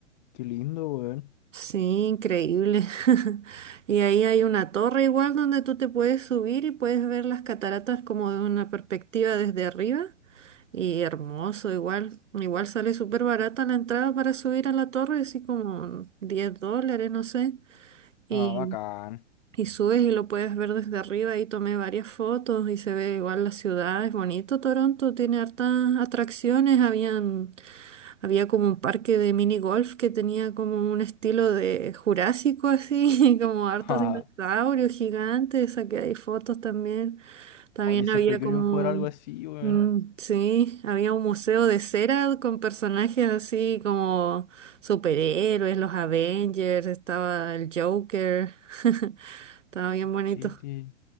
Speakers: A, on the left; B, on the right.
A: qué lindo, weón.
B: Sí, increíble. <laughs> Y ahí hay una torre igual donde tú te puedes subir y puedes ver las cataratas como de una perspectiva desde arriba. Y hermoso, igual, igual sale súper barata la entrada para subir a la torre, así como 10 dólares, no sé. Y,
A: Ah, bacán.
B: y subes y lo puedes ver desde arriba y tomé varias fotos y se ve igual la ciudad, es bonito Toronto, tiene hartas atracciones, habían, había como un parque de mini golf que tenía como un estilo de jurásico así, <laughs> como hartos
A: <laughs> Ja.
B: dinosaurios
A: ja.
B: gigantes, saqué ahí fotos también. También
A: Oye, siempre
B: había
A: he querido
B: como,
A: jugar algo así, weón.
B: mm, sí, había un museo de cera con personajes así como superhéroes, los Avengers, estaba el Joker, <laughs> estaba bien
A: Qué
B: bonito.
A: triste.